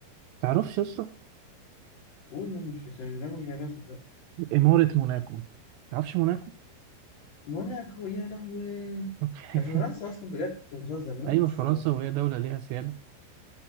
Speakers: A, on the right; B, on the left.
A: تعرفش قصة
B: قول ما أنا مش مش أنا مش جايبها صدق
A: إمارة موناكو تعرفش موناكو
B: موناكو يا لهوي
A: <laughs>
B: ده في فرنسا أصلا بجد أنت بتهزر موناكو
A: أيوة
B: مش
A: فرنسا
B: في فرنسا
A: وهي دولة ليها سيادة